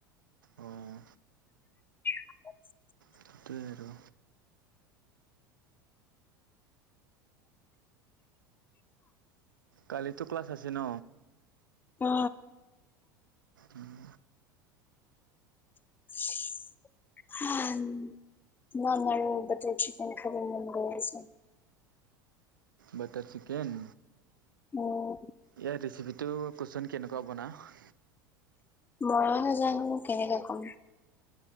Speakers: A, on the right; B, on the left.
A: অঁ
B: <unintelligible>
A: সেইটোৱে আৰু। কালিটো ক্লাছ আছে ন?
B: অ।
A: উম।
B: <unintelligible> উম, নান আৰু বাটাৰ চিকেন খাব মন গৈ আছে।
A: Butter chicken?
B: উম
A: ইয়াৰ ৰেচিপিটো ক'চোন কেনেকুৱা বনাও।
B: ম‌ইয়ো নাজানো কেনেকে ক'ম।